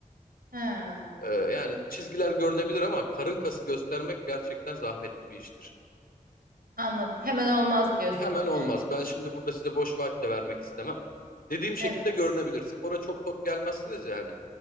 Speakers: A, on the right; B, on the left.
A: Ha.
B: E, yani çizgiler görünebilir ama karın kası göstermek gerçekten zahmetli bir iştir.
A: Anladım. Hemen olmaz diyorsunuz
B: Hemen olmaz.
A: yani.
B: Ben şimdi burada size boş vaat de vermek istemem. Dediğim şekilde
A: Evet.
B: görünebilir. Spora çok tok gelmezsiniz yani.